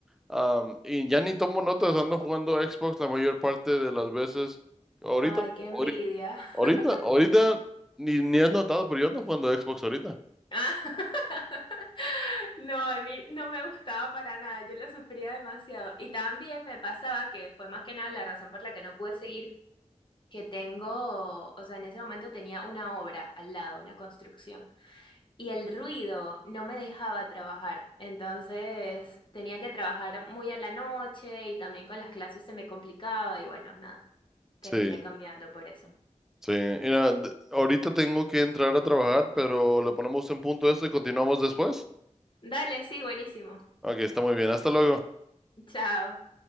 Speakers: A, in the centre; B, on the left.
A: Am, y ya ni tomo notas, ando jugando Xbox la mayor parte de las veces. Ahorita,
B: Ay, qué envidia.
A: ahori- ahorita,
B: <laughs>
A: ahorita, ni, ni has notado, pero yo ando jugando Xbox ahorita.
B: Ah, <laughs> No, a mí no me gustaba para nada, yo lo sufría demasiado. Y también me pasaba que fue más que nada la razón por la que no pude seguir, que tengo, o sea, en ese momento tenía una obra al lado, una construcción. Y el ruido no me dejaba trabajar, entonces tenía que trabajar muy a la noche y también con las clases se me complicaba y bueno, nada, terminé
A: Sí,
B: cambiando por eso.
A: sí. Mira, d- ahorita tengo que entrar a trabajar, pero le ponemos un punto a esto y continuamos después.
B: Dale, sí, buenísimo.
A: Ok, está muy bien. Hasta luego.
B: Chao.